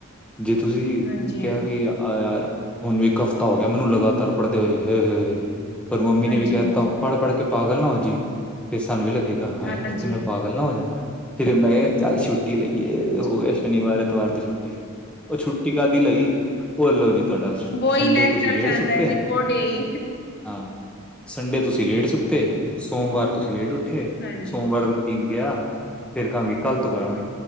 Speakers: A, in the centre; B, on the left.
A: ਜੇ ਤੁਸੀਂ
B: ਹਾਂਜੀ
A: ਕਿਹਾ
B: ਹਾਂਜੀ
A: ਕਿ ਆ ਯਾਰ ਹੁਨ ਵੀ, ਇੱਕ ਹਫਤਾ ਹੋ ਗੇਆ ਮੈਨੂੰ ਲਗਾਤਾਰ ਪੜਦੇ ਹੋਏ। ਪਰ, ਮੰਮੀ
B: ਹਾਂਜੀ
A: ਨੇ ਵੀ ਕੇ
B: ਹਾਂਜੀ
A: ਤਾ ਪੜ -ਪੜ ਕੇ ਪਾਗਲ ਨਾ ਹੋ ਜੀਂ ਫੇਰ ਸਾਨੂੰ ਵੀ ਲੱਗੇਗਾ, ਹਾਏ
B: ਹਾਂਜੀ
A: ਕਿਤੇ ਮੈਂ ਪਾਗ ਗਲ, ਨਾਂ ਹੋ ਜਾ ਫੇਰ ਮੈਂ ਕੇਆ ਚੱਲ ਛੁੱਟੀ ਲਈਏ
B: ਹਾਂਜੀ
A: ਹੋ ਗੇਆ ਸ਼ਨੀਵਾਰ -ਐਤਵਾਰ ਦੀ ਛੁੱ ਟੀ, ਓ ਛੁੱਟੀ ਕਾਦੀ ਲਈ ਓ ਲੋ ਜੀ ਤੁਆਡਾ,
B: ਵਹੀ
A: ਸੰਡੇ
B: ਲੈਕ
A: ਤੁਸੀਂ
B: ਕਰ
A: ਲੇਟ
B: ਜਾਂਦਾ
A: ਸੁੱਤੇ,
B: ਹੈ ਜੀ ਵੋ ਡੇ ਹੀ
A: ਹਾਂ ਸੰਡੇ ਤੁਸੀ ਲੇਟ ਸੁੱਤੇ, ਸੋਮਵਾਰ ਤੁਸੀ ਲੇਟ ਉੱਠੇ
B: ਹਾਂਜੀ
A: ਸੋਮਵਾਰ ਬੀ ਗੇਆ, ਫੇਰ ਕਾਂਗੇ ਕੱਲ ਤੋਂ ਕਰਾਂਗੇ।